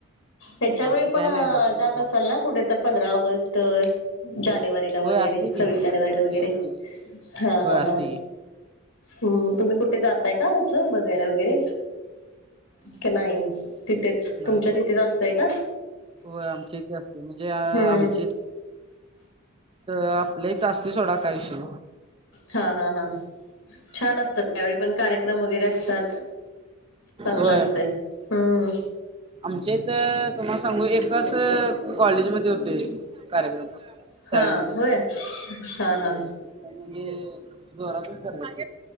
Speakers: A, on the left; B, on the right.
A: हिच्या
B: बाकी
A: वेळी
B: काय
A: पण
B: नाही बाकी
A: जात
B: निवांत
A: असल ना पुढे तर पंधरा ऑगस्ट जानेवारी वगैरे
B: होय असते की
A: सविला
B: असते
A: वगैरे
B: असते
A: हा
B: होय
A: हा
B: असते
A: हा
B: की
A: हम्म तुम्ही कुठे जाताय का असं बघायला वगैरे की नाही तिथेच
B: नाही
A: तुमच्या
B: नाही
A: तिथेच असतंय का
B: होय आमची इथे असते म्हणजे अ
A: हम्म
B: आमची तर आपल्या इ तर असतेच होोडा काय विषयी
A: हा हा हा छान असतात त्यावेळी पण कार्यक्रम वगैरे असतात चांगलं
B: होय
A: असते हम्म
B: आमच्या इथ तुम्हाला सांगु कस कॉलेज मध्ये होते कार्यक्रम फक्त शाळेमध्ये
A: हा होय हा
B: होय
A: हा
B: म्हणजे जोरातच करत